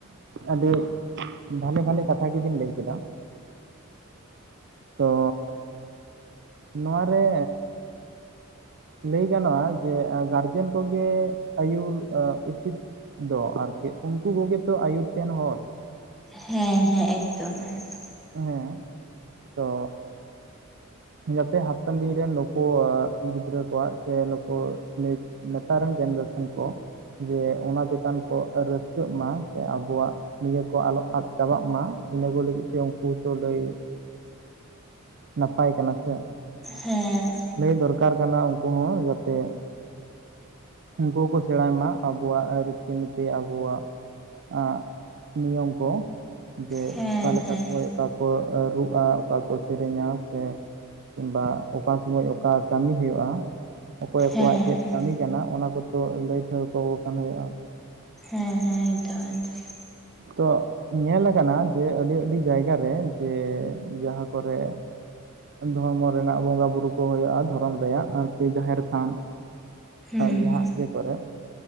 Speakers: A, on the right; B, in the centre.
A: ᱟᱹᱰᱤ ᱵᱷᱟᱞᱮ ᱵᱷᱟᱞᱮ ᱠᱟᱛᱷᱟ ᱜᱮᱵᱤᱱ ᱞᱟᱹᱭ ᱠᱮᱫᱟ ᱛᱚ ᱱᱚᱣᱟ ᱨᱮ ᱞᱟᱹᱭ ᱜᱟᱱᱚᱜᱼᱟ ᱡᱮ ᱜᱟᱨᱡᱮᱱ ᱠᱚᱜᱮ ᱟᱹᱭᱩᱨ ᱩᱪᱤᱛ ᱫᱚ ᱟᱨᱠᱤ ᱩᱱᱠᱩ ᱠᱚᱜᱮ ᱛᱚ ᱟᱹᱭᱩᱨ ᱛᱮᱱ ᱦᱚᱲ
B: ᱦᱮᱸ ᱦᱮᱸ ᱮᱠᱫᱚᱢ ᱮᱠᱫᱚᱢ
A: ᱦᱮᱸ ᱛᱚ ᱡᱟᱛᱮ ᱦᱟᱯᱮᱱ ᱫᱤᱱ ᱨᱮᱱ ᱱᱩᱠᱩ ᱜᱤᱫᱽᱨᱟᱹ ᱠᱚᱣᱟᱜ ᱥᱮ ᱱᱩᱠᱩ ᱱᱮᱴ ᱱᱮᱛᱟᱨ ᱨᱮᱱ ᱡᱮᱱᱟᱨᱮᱥᱮᱱ ᱠᱚ ᱡᱮ ᱚᱱᱟ ᱪᱮᱛᱟᱱ ᱠᱚ ᱨᱟᱹᱥᱠᱟᱹᱜ ᱢᱟ ᱥᱮ ᱟᱵᱚᱣᱟᱜ ᱱᱤᱭᱟᱹ ᱠᱚ ᱟᱞᱚ ᱟᱫ ᱪᱟᱵᱟᱜ ᱢᱟ ᱤᱱᱟᱹᱠᱚ ᱞᱟᱹᱜᱤᱫ ᱛᱮ ᱩᱱᱠᱩ ᱦᱚᱸᱛᱚ ᱞᱟᱹᱭ ᱱᱟᱯᱟᱭ ᱠᱟᱱᱟ ᱥᱮ
B: ᱦᱮᱸ
A: ᱞᱟᱹᱭ ᱫᱚᱨᱠᱟᱨ ᱠᱟᱱᱟ ᱩᱱᱠᱩ ᱦᱚᱸ ᱡᱟᱛᱮ ᱩᱱᱠᱩ ᱦᱚᱸᱠᱚ ᱥᱮᱬᱟᱭ ᱢᱟ ᱟᱵᱚᱣᱟᱜ ᱨᱤᱛᱤ ᱱᱤᱛᱤ ᱟᱵᱚᱣᱟᱜ ᱟᱸᱜ ᱱᱤᱭᱚᱢ ᱠᱚ ᱡᱮ
B: ᱦᱮᱸ
A: ᱚᱠᱟ ᱞᱮᱠᱟ
B: ᱦᱮᱸ
A: ᱥᱚᱢᱚᱭ <inaudible> ᱚᱠᱟ ᱠᱚ ᱨᱩᱜᱼᱟ ᱚᱠᱟ ᱠᱚ ᱥᱮᱨᱮᱧ-ᱟ ᱥᱮ <unintelligible> ᱚᱠᱟ ᱥᱳᱢᱚᱭ ᱚᱠᱟ ᱠᱟᱹᱢᱤ ᱦᱳᱭᱳᱜᱼᱟ ᱚᱠᱚᱭ
B: ᱦᱮᱸ
A: ᱠᱚᱣᱟᱜ ᱪᱮᱫ ᱠᱟᱹᱢᱤ ᱠᱟᱱᱟ ᱚᱱᱟ ᱠᱚᱫᱚ ᱞᱟᱹᱭ ᱴᱷᱟᱹᱣᱠᱟᱹ ᱟᱠᱚ ᱠᱷᱟᱱ ᱦᱳᱭᱳᱜᱼᱟ
B: ᱦᱮᱸ ᱦᱮᱸ <inaudible>
A: ᱛᱚ ᱧᱮᱞ ᱠᱟᱱᱟ ᱡᱮ ᱟᱹᱰᱤ ᱟᱹᱰᱤ ᱡᱟᱭᱜᱟ ᱨᱮ ᱡᱮ ᱡᱟᱦᱟᱸ ᱠᱚᱨᱮ ᱫᱷᱚᱨᱢᱚ ᱨᱮᱱᱟᱜ ᱵᱚᱸᱜᱟ ᱵᱩᱨᱩ ᱠᱚ ᱦᱳᱭᱳᱜᱼᱟ ᱫᱷᱚᱨᱚᱢ ᱨᱮᱭᱟᱜ ᱟᱨᱠᱤ ᱡᱟᱦᱮᱨ ᱛᱷᱟᱱ
B: ᱦᱩᱸ
A: ᱡᱟᱦᱟᱸ ᱤᱭᱟᱹ ᱠᱚᱨᱮ